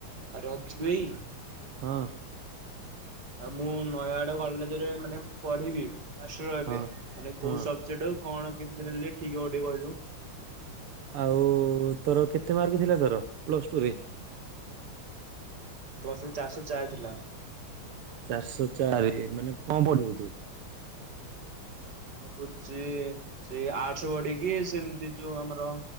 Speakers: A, on the right; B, on the right.
A: <unintelligible>
B: ହଁ।
A: ଆଉ ମୁଁ ନୟାଗଡ କଲେଜରେ ମାନେ ପଢିବି ଫାଷ୍ଟିଅର୍ ଏବେ,
B: ହଁ
A: ମାନେ
B: ହଁ
A: କୋଉ ସବଜେକ୍ଟ। କଣ କେମିତି ନେଲେ ଠିକ୍ ହବ ଟିକେ କହିଲୁ?
B: ଆଉ ତୋର କେତେ ମାର୍କ ଥିଲା ତୋର ପ୍ଲସ ଟୁ ରେ?
A: ପ୍ଲସ ଟୁ ରେ ଚାରିଶହ ଚାରି ଥିଲା।
B: ଚାରିଶହ ଚାରି ମାନେ କଣ ପଢିବୁ ତୁ?
A: ଭାବୁଚି ସେଇ ଆର୍ଟ୍ସ ପଢିକି ସେମିତି ଯୋଉ ଆମର।